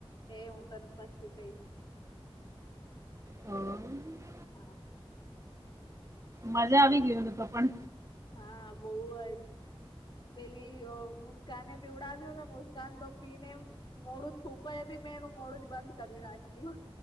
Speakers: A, on the left (about 50°); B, on the right (about 30°).
A: એ હું તને પછી કઈશ.
B: અ
A: હા.
B: મજા આવી ગીયો ને તો પણ.
A: હા બોવ જ પેલી મુસ્કાને પીવડાવ્યું અને મુસ્કાન તો પીને મોડું જ થુકવા જતી મેં એનું મોડું જ બંધ કરી નાખ્યું.